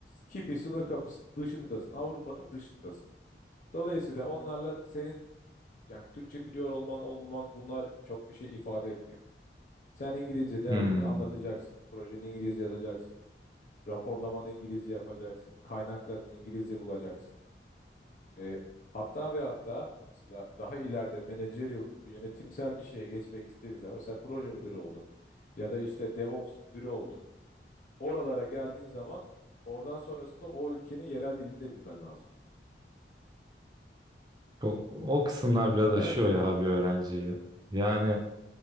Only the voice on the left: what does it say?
Kipi sınır kapısı dışındasın. Avrupa'nın dışındasın. Dolayısıyla onlarla senin yani Türkçe biliyor olman olmaman bunlar çok bir şey ifade etmiyor. Sen İngilizce derdini
anlatacaksın. Projeni İngilizce yazacaksın. Raporlamanı İngilizce yapacaksın. Kaynaklarını İngilizce bulacaksın. E, hatta ve hatta mesela daha ileride managerial yönetimsel bir şeye geçmek istediğin zaman mesela proje müdürü oldun ya da işte DevOps müdürü oldun. Oralara geldiğin zaman oradan sonrasında o ülkenin yerel dilini de bilmen lazım.
<laughs>